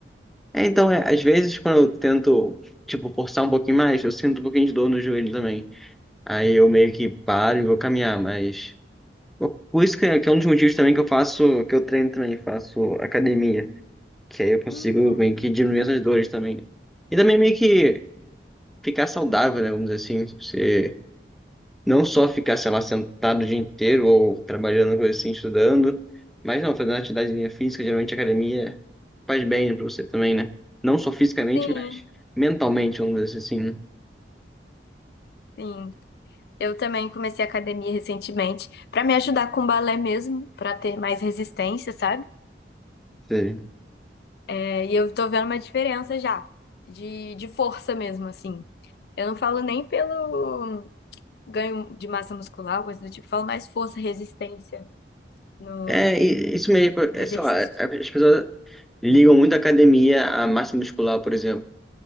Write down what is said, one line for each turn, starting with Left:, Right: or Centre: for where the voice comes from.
Centre: É, então, é, às vezes quando eu tento, tipo, forçar um pouquinho mais, eu sinto um pouquinho de dor no joelho também. Aí eu meio que paro e vou caminhar, mas. Por isso que é, que é um dos motivos também que eu faço, que eu treino também, faço academia. Que aí eu consigo
Left: Hum,
Centre: meio que diminuir essas dores também. E também meio que ficar saudável, né? Vamos dizer assim. tipo, Você não só ficar, sei lá, sentado o dia inteiro ou trabalhando, coisa assim, estudando. Mas não, fazendo atividade física, geralmente academia faz bem pra você também, né? Não só fisicamente,
Left: sim,
Centre: mas mentalmente, vamos dizer assim,
Left: sim. Eu também comecei academia recentemente pra me ajudar com balé mesmo, pra ter mais resistência, sabe?
Centre: né?
Left: É, e eu tô vendo uma diferença já de, de força mesmo, assim. Eu não falo nem pelo ganho de massa muscular, alguma coisa do tipo, falo mais força, resistência nos
Centre: É, e- isso mesmo. É,
Left: exercícios.
Centre: sei lá, as pessoas ligam muito a academia à massa muscular, por exemplo.